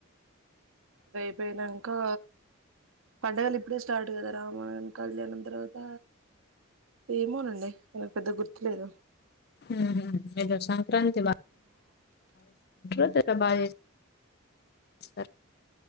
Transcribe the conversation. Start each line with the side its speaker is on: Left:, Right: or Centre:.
Right: ఇది అయిపోయినంకా పండగలు ఇప్పుడే స్టార్ట్ కదా రామాయణ కళ్యాణం తర్వాత ఏమోనండి నాకు పెద్ద గుర్తు లేదు
Left: ఊహు సంక్రాంతి బ ఉంట బాగా స